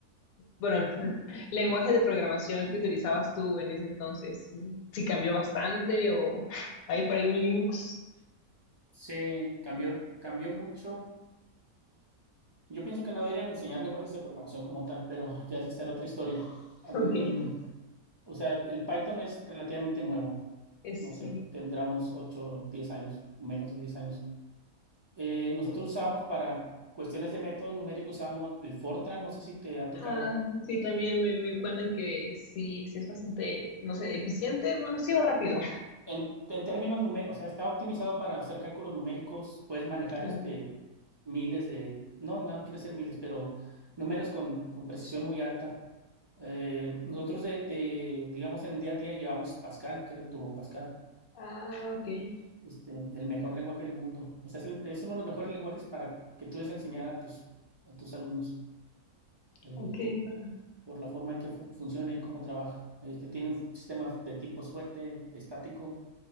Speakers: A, on the left; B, on the right.
A: Bueno, el lenguaje de programación que utilizabas tú en ese entonces, si cambió bastante o hay por ahí un Linux.
B: Se cambió, cambió mucho. Yo pienso que no deberían enseñar lenguajes de programación como tal, pero <laughs> ya esa será otra historia.
A: <laughs>
B: Am,
A: Ok.
B: o sea, el Python es relativamente nuevo.
A: Es,
B: No sé,
A: sí.
B: tendrá unos 8 10 años, menos de 10 años. Eh, nosotros usamos para cuestiones de métodos numéricos, usamos el Fortran, no sé si te ha tocado.
A: Ah, sí, también me, me cuentan que sí, sí es bastante, no sé, eficiente, bueno, sí va rápido.
B: En, en términos numéricos, o sea, está optimizado para hacer cálculos numéricos, puedes manejar
A: Ah,
B: este miles de, no, no quiero decir miles, pero números con, con precisión muy alta. Eh, nosotros de, de, digamos, en el día al día llevamos Pascal, que era el Turbo Pascal,
A: ah, ok,
B: este, el mejor lenguaje del mundo. O sea, es, el- es uno de los mejores lenguajes para que tú des a enseñar a tus, a tus alumnos. Eh,
A: ok, para.
B: por la forma en que fu- funciona y cómo trabaja. Este, tiene un sistema de tipos fuerte, estático, o